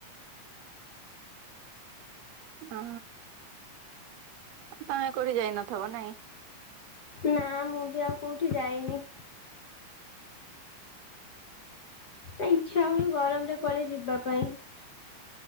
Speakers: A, on the right; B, on the left.
A: ହଁ, ତମେ କୋଉଠିକି ଯାଇ ନଥବ ନାଇଁ?
B: ନା, ମୁଁ ବି ଆଉ କୋଉଠିକି ଯାଇନି। ଏ ଇଚ୍ଛା ହଉନି, ଗରମରେ କୁଆଡେ ଯିବା ପାଇଁ।